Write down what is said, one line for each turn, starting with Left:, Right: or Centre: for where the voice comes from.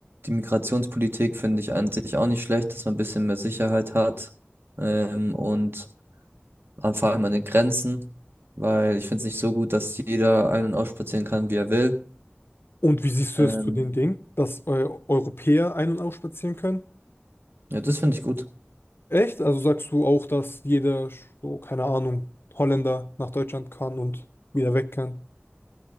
Right: die Migrationspolitik finde ich an sich auch nicht schlecht, dass man ein bisschen mehr Sicherheit hat. Ähm, und an- vor allem an den Grenzen, weil ich finde es nicht so gut, dass jeder ein- und ausspazieren kann, wie er will.
Left: Und wie siehst du
Right: Ähm,
Left: es zu den Dingen, dass äh, Europäer ein- und ausspazieren können?
Right: ja, das finde ich gut.
Left: Echt? Also sagst du auch, dass jeder, so, keine Ahnung, Holländer nach Deutschland kann und wieder weg kann?